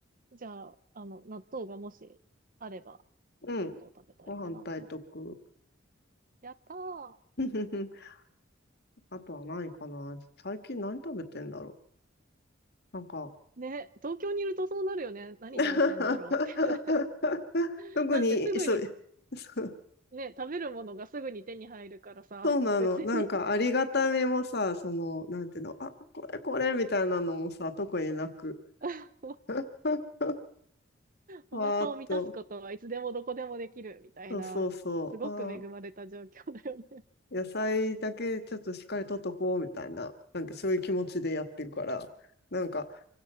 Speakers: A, on the right (about 45°); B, on the left (about 55°).
A: ん。じゃあ、あの、納豆がもしあれば、
B: うん。
A: 納豆食べたいかな。
B: ご飯炊いとく。
A: やったー。
B: <laughs> あとは何かな。最近何食べてんだろう。なんか
A: ね、東京にいるとそうなるよね。何食べてんだろうっ
B: <laughs>
A: て。<laughs>
B: 特に、
A: だってすぐに、
B: そう、<laughs> そう
A: ね、食べるものがすぐに手に入るからさ、
B: そうなの。
A: 別に
B: なんかありがたみもさ、その、なんていうの、あ、これこれみたいなのもさ、特になく。
A: <laughs>
B: <laughs> わーっと。
A: お腹を満たすことはいつでもどこでもできるみたいな、
B: そうそうそう。
A: すごく恵まれた状況だよね。
B: あー野菜だけちょっとしっかりとっとこうみたいな、なんかそういう気持ちでやってるから、なんか、